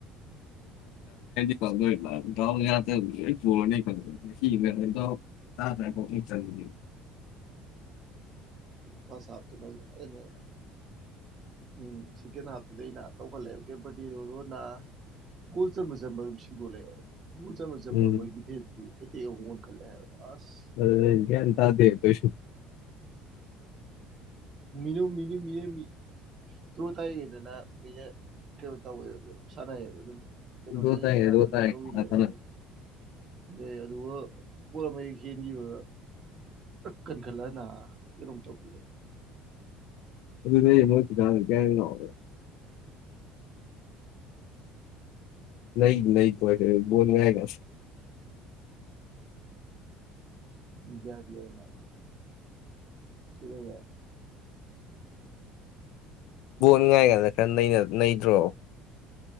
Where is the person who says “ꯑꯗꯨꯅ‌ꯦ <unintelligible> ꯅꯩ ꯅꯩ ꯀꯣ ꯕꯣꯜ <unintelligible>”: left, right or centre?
Left